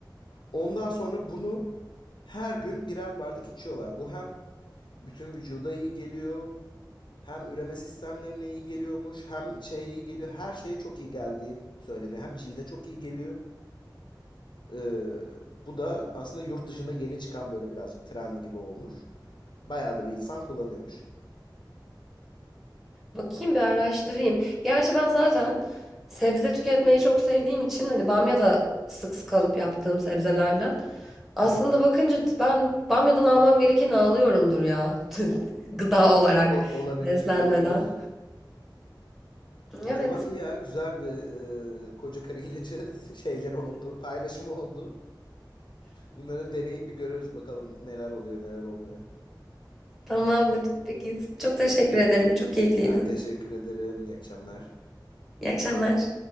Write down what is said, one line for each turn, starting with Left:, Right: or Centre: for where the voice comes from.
Left: Ondan sonra bunu her gün birer bardak içiyorlar. Bu hem bütün vücuda iyi geliyor. Hem üreme sistemlerine iyi geliyormuş, hem şeye iyi geliyor. Her şeye çok iyi geldiği söyleniyor. Hem cilde çok iyi geliyor. Ee, bu da aslında yurt dışında yeni çıkan böyle birazcık trend gibi olmuş. Bayağı da bir insan kullanıyormuş.
Centre: Bakayım bir araştırayım. Gerçi ben zaten sebze tüketmeyi çok sevdiğim için hani bamya da sık sık alıp yaptığım sebzelerden.
Left: <laughs>
Centre: Aslında
Left: Hı
Centre: bakınca ben bamyadan almam gerekeni alıyorumdur ya. <laughs> Gıda olarak
Left: Olabilir,
Centre: beslenmeden.
Left: olabilir. O
Centre: Evet.
Left: zaman iyi ya, güzel bir e, koca karı ilacı <laughs> şeyleri oldu, paylaşımı oldu. Bunları deneyip bir görürüz bakalım neler oluyor, neler olmuyor.
Centre: Tamamdır. Peki. Çok teşekkür ederim. Çok keyifliydi.
Left: Ben teşekkür ederim. İyi akşamlar.
Centre: İyi akşamlar.